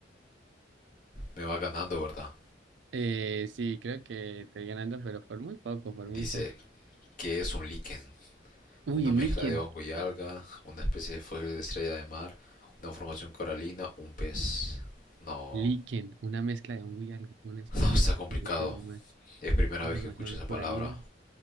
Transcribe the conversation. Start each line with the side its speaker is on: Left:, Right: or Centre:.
Left: Me va ganando, ¿verdad?
Right: Eh, sí, creo que estoy ganando, pero por muy poco, por
Left: Dice
Right: muy poco.
Left: que es un líquen.
Right: Uy,
Left: una
Right: líquen.
Left: mezcla de hongo y alga, una especie de fósil de estrella de mar, una formación coralina, un pez. No,
Right: Líquen, una mezcla de un y algo, una especie
Left: no, está
Right: de de-
Left: complicado.
Right: de- de- de- de- de- de-
Left: Es primera
Right: formación
Left: vez que escucho esa
Right: coralina.
Left: palabra.